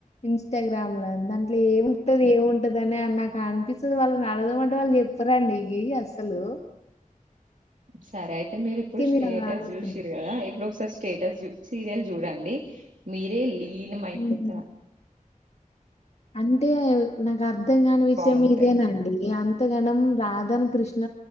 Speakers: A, on the left; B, on the right.
A: ఇన్ టగ్రాంమ్ లో దాంట్లో ఏము ఉంటది ఏముంటదని అ నాకు అనిపిస్తుంది వాళ్ళు ని అడగదామంటే వాళ్ళు చెప్పరండి అసలు
B: సరే అయితే మీరు ఇప్పుడు స్టేటస్
A: నేను అలా అడుగుతున్నా.
B: చూసిరు కదా ఇప్పుడు స్టేటస్ సీరియల్ చూడండి మీరే లీనం అయిపోతరా
A: హ్మ్. అంటే నాకు అర్థం కాని విషయం
B: బాగుంటది
A: ఇదేనండి అంతగనం రాదను కృష్ణ